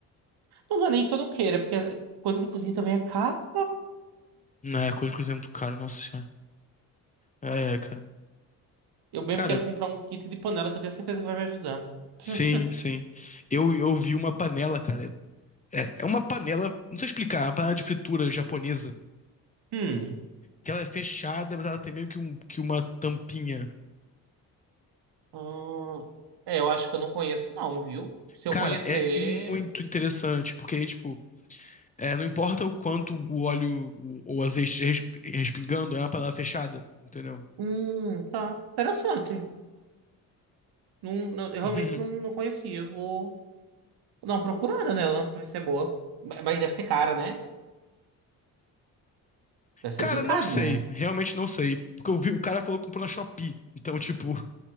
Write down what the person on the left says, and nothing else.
Não, é coisa que cozinha muito caro, nossa senhora. É, é, cara.
Cara,
sim, sim. Eu, eu vi uma panela, cara. É, é uma panela, não sei explicar, é uma panela de fritura japonesa.
Que ela é fechada, mas ela tem meio que, um- que uma tampinha.
Cara,
é muito interessante, porque aí, tipo, é, não importa o quanto o óleo o- ou o azeite resp- respingando, é uma panela fechada, entendeu?
<laughs>
Cara,
não sei, realmente não sei. Porque eu vi, o cara falou que comprou na Shopee. Então, tipo.